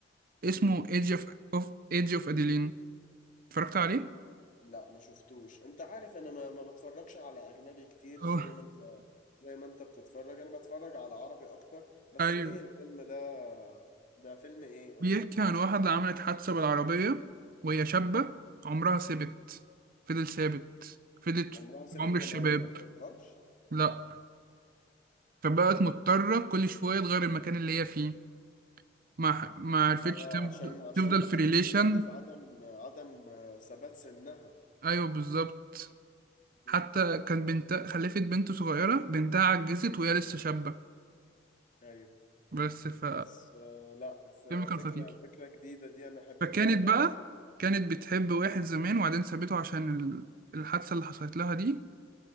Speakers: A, on the right; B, on the left.
A: اسمه ايدج اوف اوف ايدج اوف اديلين اتفرجت عليه؟
B: لا ما شفتوش انت عارف انا ما ما بتفرجش على اجنبي كتير
A: اه
B: زي ما انت زي ما انت بتتفرج انا بتفرج على عربي اكتر بس
A: <laughs> ايوه
B: ايه الفيلم ده ده فيلم ايه قول
A: بيحكي
B: لي
A: عن واحدة عملت حادثة بالعربية وهي شابة عمرها ثابت فضل ثابت فضلت
B: عمرها
A: في
B: سابتها
A: عمر الشباب
B: ما ما بتكبرش
A: لأ فبقت مضطرة كل شوية تغير المكان اللي هي فيه ما ح- ما عرفتش
B: اه
A: تفض-
B: عشان عشان
A: تفضل
B: ما
A: في
B: حدش
A: ريليشن
B: يلاحظ عدم عدم ثبات سنها
A: أيوه بالظبط حتى
B: امم
A: كان بنت خلفت بنت صغيرة بنتها عجزت وهي لسه شابة
B: ايوه
A: بس ف
B: بس آه، لا ف- فكرة
A: الفيلم كان خطير
B: فكرة جديدة دي أنا أحب
A: فكانت
B: أتفرج عليها
A: بقى
B: جدا
A: كانت بتحب واحد زمان وبعدين سابته عشان ال- الحادثة اللي حصلت لها دي